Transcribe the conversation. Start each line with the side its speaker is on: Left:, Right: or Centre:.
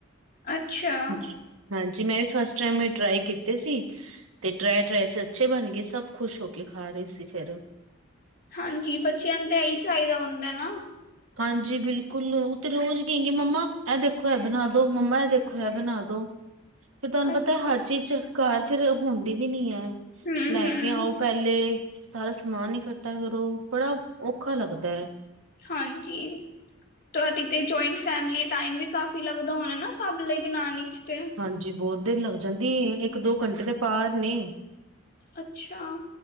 Left: ਅੱਛਾ,
Right: <unintelligible> ਜਿਵੇਂ ਫਸਟ ਟਾਈਮ ਏ ਟਰਾਈ ਕੀਤੇ ਸੀ, ਤੇ ਟਰਾਈ ਟਰਾਈ 'ਚ ਅੱਛੇ ਬਣ ਗਏ, ਸਭ ਖੁਸ਼ ਹੋ ਕੇ ਖਾ ਰਹੇ ਸੀ ਫੇਰ।
Left: ਹਾਂਜੀ, ਬੱਚਿਆਂ ਨੂੰ ਤਾਂ ਇਹੀ ਚਾਹੀਦਾ ਹੁੰਦਾ ਨਾ।
Right: ਹਾਂਜੀ ਬਿਲਕੁਲ, ਉਹ ਤੇ ਰੋਜ਼ ਕਹੇ ਗੇ, ਮੰਮਾ ਇਹ ਦੇਖੋ ਐ ਬਣਾ ਦੋ ਮੰਮਾ ਇਹ ਦੇਖੋ, ਏ ਬਣਾ ਦੋ। ਫਿਰ ਤੁਹਾਨੂੰ ਪਤਾ,
Left: ਅੱਛਾ,
Right: ਹਰ ਚੀਜ਼ 'ਚ ਕਾਰ ਫਿਰ ਹੁੰਦੀ ਵੀ ਨੀ ਐ।
Left: ਹੂੰ-ਹੂੰ,
Right: ਲੈ ਕੇ ਆਓ ਪਹਿਲੇ। ਸਾਰਾ ਸਮਾਨ ਇਕੱਠਾ ਕਰੋ, ਬੜਾ ਔਖਾ ਲੱਗਦਾ ਐ।
Left: ਹਾਂਜੀ, ਤੁਹਾਡੀ ਤੇ ਜੁਆਇੰਟ ਫੈਮਲੀ ਐ ਟਾਈਮ ਵੀ ਕਾਫੀ ਲੱਗਦਾ ਹੋਣਾ ਨਾ, ਸਭ ਲਈ ਬਣਾਉਣ ਇਚ ਤੇ?
Right: ਹਾਂਜੀ, ਬਹੁਤ ਦੇਰ ਲੱਗ ਜਾਂਦੀ ਐ, ਇੱਕ ਦੋ ਘੰਟੇ ਤੇ ਪਾਰ ਨੇ।
Left: ਅੱਛਾ।